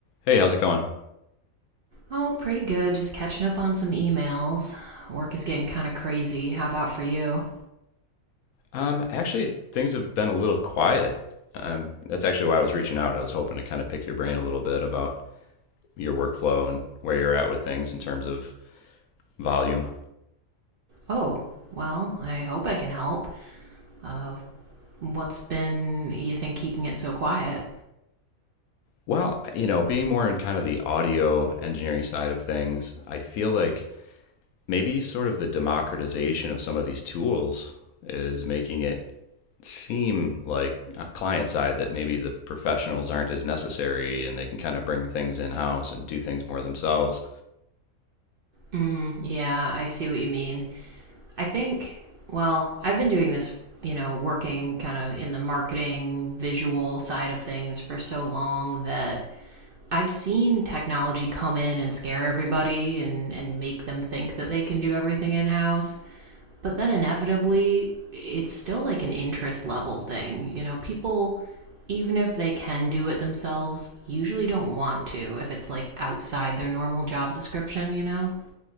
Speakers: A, on the left; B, on the right.
A: Hey, how's it going?
B: Oh, pretty good. Just catching up on some emails. Work is getting kind of crazy. How about for you?
A: Um, actually, things have been a little quiet. Um, that's actually why I was reaching out. I was hoping to kind of pick your brain a little bit about your workflow and where you're at with things in terms of volume.
B: Oh, well, I hope I can help. Uh, what's been, you think, keeping it so quiet?
A: Well, you know, being more in kind of the audio engineering side of things, I feel like maybe sort of the democratization of some of these tools is making it seem like uh, client side that maybe the professionals aren't as necessary and they can kind of bring things in house and do things more themselves.
B: Mm, yeah, I see what you mean. I think, well, I've been doing this, you know, working kind of in the marketing, visual side of things for so long that I've seen technology come in and scare everybody and, and make them think that they can do everything in house. but then inevitably it's still like an interest level thing. You know, people even if they can do it themselves, usually don't want to if it's like outside their normal job description, you know?